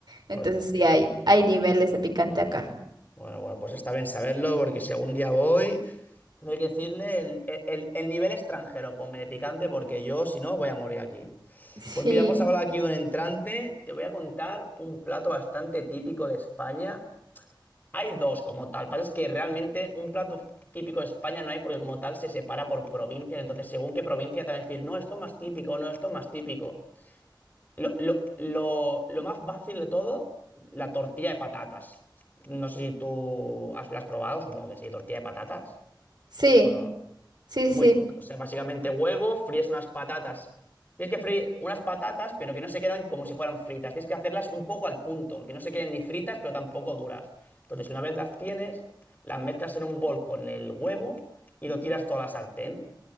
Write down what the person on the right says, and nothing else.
Entonces
sí hay, hay niveles de picante acá.
Sí,
sí,
sí,
sí.